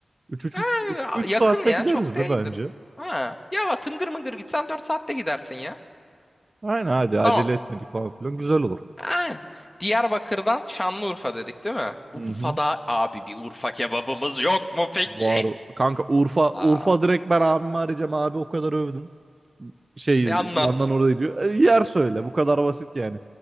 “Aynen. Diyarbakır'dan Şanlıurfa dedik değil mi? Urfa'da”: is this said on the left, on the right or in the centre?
Left